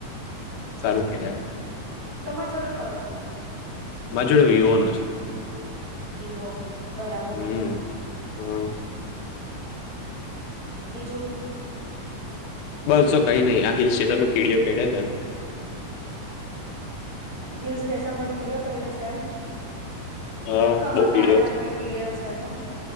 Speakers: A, on the left; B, on the right.
A: સારું કેવાય
B: તમા જોડે કયો ફોન છે?
A: મારી જોડે વિવો નો છે.
B: વિવો બરાબર.
A: હમ હમ
B: બીજું?
A: બસ જો કઈ નહી આ હિલ સ્ટેશનમાં કીડીઓ કેડ્યા હતા.
B: હિલ સ્ટેશન પર કીડીઓ કરડે છે એમ?
A: હા
B: આમાં
A: બઉ કીડીયો
B: ગાર્ડનમાં
A: છે
B: કીડયો છે હા